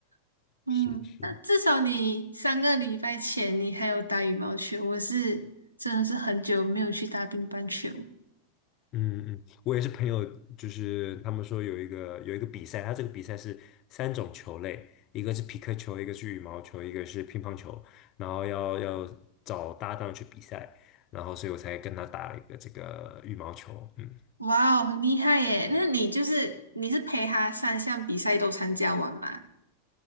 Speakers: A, on the right; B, on the left.
A: <laughs> 嗯，
B: 是是，
A: 那至少你三个礼拜前你还有打羽毛球，我是真的是很久没有去打乒乓球。
B: 嗯嗯，我也是朋友，就是他们说有一个有一个比赛，他这个比赛是三种球类，一个是皮克球，一个是羽毛球，一个是乒乓球，然后要要找搭档去比赛，然后所以我才跟他打了一个这个羽毛球，嗯。
A: 哇哦，很厉害耶！那你就是你是陪他三项比赛都参加完吗？